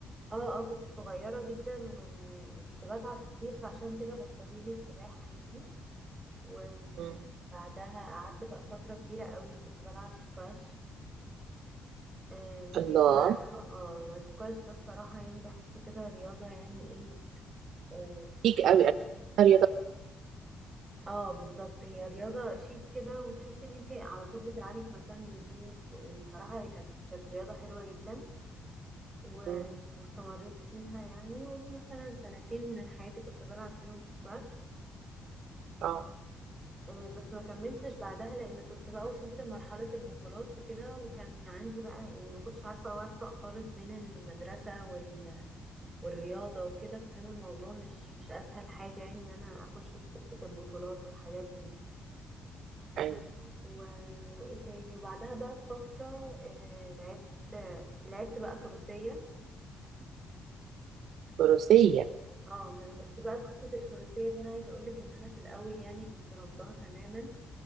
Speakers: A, on the right; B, on the right.
A: اه اه كنت صغيرة جدا و- وكنت بتعب كتير فعشان كده بطلوا لي السباحة يعني وبعدها
B: مم.
A: قعدت بقى فترة كبيرة قوي كنت بلعب سكواش آه بصي
B: الله
A: بصراحة اه والسكواش ده بصراحة يعني بحسه كده رياضة يعني ايه آه
B: ليك قوي انا بحبها رياضه
A: اه بالظبط هي رياضة شيك كده وتحسي ان انت على طول بتلعبي في مكان نظيف ويعني بصراحة هي كانت كانت رياضة حلوة جدا و...
B: مم.
A: واستمريت فيها يعني ودي مثلا سنتين من حياتي كنت بلعب فيهم سكواش
B: اه
A: آه، بس ما كملتش بعدها لان كنت بقى وصلت لمرحلة البطولات وكده وكان عندي بقى يعني ما كنتش عارفة اوفق خالص بين المدرسة وال... والرياضة وكده فكان الموضوع مش مش اسهل حاجة يعني ان انا اخش في سكة البطولات والحاجات دي
B: ايوه
A: و... وايه تاني وبعدها بقى بفترة آه لعبت لعبت بقى فروسية
B: الفروسيه
A: اه ما- بس بقى قصة الفروسية دي انا عايزة اقولك ان انا في الاول يعني كنت رافضاها تماما